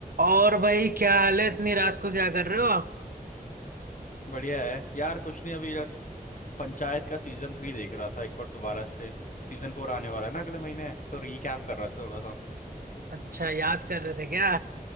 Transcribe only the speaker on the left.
बढ़िया है यार कुछ नहीं अभी जस्ट पंचायत का सीजन थ्री देख रहा था एक बार दोबारा से सीजन फोर आने वाला है ना अगले महीने तो रीकैप कर रहा था थोड़ा सा